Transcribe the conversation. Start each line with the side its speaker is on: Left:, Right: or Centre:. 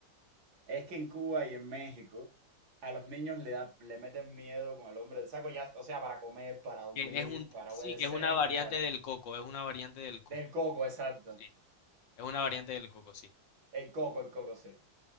Right: Es que en Cuba y en México a los niños le, da- le meten miedo con el hombre del saco, ya, o sea, para comer, para dormir,
Left: Que es un,
Right: para
Left: sí,
Right: obedecer
Left: que es una
Right: en
Left: variante
Right: general.
Left: del coco, es una variante del coco.
Right: Del coco, exacto.
Left: Sí, es una variante del coco, sí.
Right: El coco, el coco, sí.